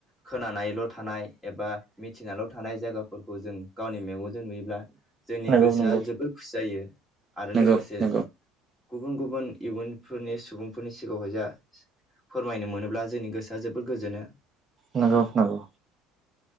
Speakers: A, in the centre; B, on the right (about 25°).
A: खोनानायल' थानाय एबा मिथिनाल' थानाय जायगाफोरखौ जों गावनि मेगनजों नुयोब्ला जोंनि
B: नंगौ
A: गोसोआ जोबोर खुसि जायो आरो
B: नंगौ
A: लोगोसे
B: नंगौ
A: गुबुन-गुबुन इयुनफोरनि सुबुंफोरनि सिगाङावहाय जा फोरमायनो मोनोब्ला जोंनि गोसो आ जोबोद गोजोनो
B: नंगौ नंगौ